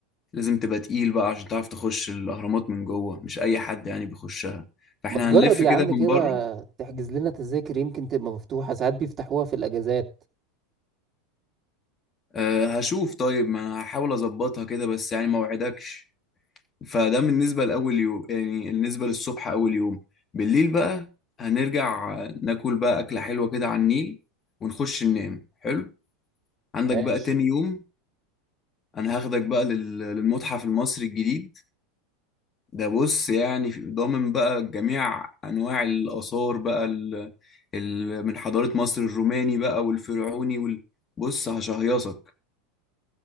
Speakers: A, on the left; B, on the right.
A: لازم تبقى تقيل بقى عشان تعرف تخش الأهرامات من جوه مش أي حد يعني بيخشها فاحنا
B: ما تجرب
A: هنلف
B: يا
A: كده
B: عم
A: من
B: كده
A: بره
B: تحجز لنا تذاكر يمكن تبقى مفتوحة ساعات بيفتحوها في الأجازات
A: أه هشوف طيب ما هحاول أظبطها كده بس يعني ما وعدكش فده بالنسبة لأول يوم يعني بالنسبة للصبح أول يوم بالليل بقى هنرجع ناكل بقى أكلة حلوة كده على النيل ونخش ننام حلو عندك
B: ماشي
A: بقى تاني يوم أنا هاخدك بقى لل- للمتحف المصري الجديد ده بص يعني في- ضامن بقى جميع انواع الاثار بقى ال... ال... من حضاره مصر الروماني بقى والفرعوني وال... بص هشهيصك